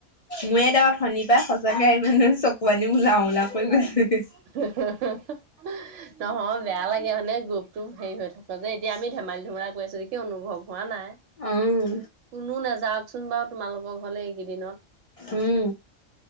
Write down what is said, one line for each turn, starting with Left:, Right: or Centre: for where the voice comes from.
Left: ময়ে দাও ধনী পাই সঁচাকে মানে চকু আনি মূলা মূলা কৈ গৈছে এ।
Right: <unintelligible> নহয়, বেয়া লাগে হানে গ্ৰুপটো হেৰি হৈ থাক- ত যে এতিয়া আমি ধেমালি ধুমেলা কৰি আছো সি অনুভৱ হোৱা নাই
Left: উম,
Right: কোনো নাযাওক। চোন বাও তোমালোকৰ ঘৰলে এইকেইদিনত
Left: উম,